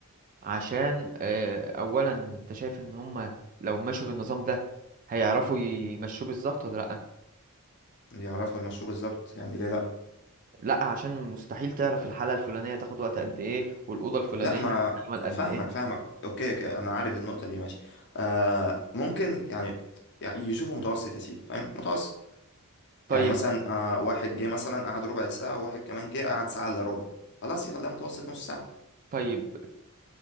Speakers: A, on the right; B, on the left.
A: عشان آه، اولا انت شايف ان هم لو مشوا بالنظام ده هيعرفوا يمشوه بالظبط ولا لا
B: يعرفوا يمشوه بالظبط يعني ليه لا
A: لا عشان مستحيل تعرف الحاله الفلانيه تاخد وقت قد ايه والاوضه الفلانيه
B: لا ما
A: تعمل قد
B: فاهمك
A: ايه
B: فاهمك اوكي اوكي انا عارف النقطه دي ماشي آه ممكن يعني يعني يشوفوا متوسط يا سيدي فاهم متوسط
A: طيب
B: يعني مثلا آه واحد جه مثلا قعد ربع ساعه وواحد كمان جه قعد ساعه الا ربع خلاص يخليها متوسط نص ساعه
A: طيب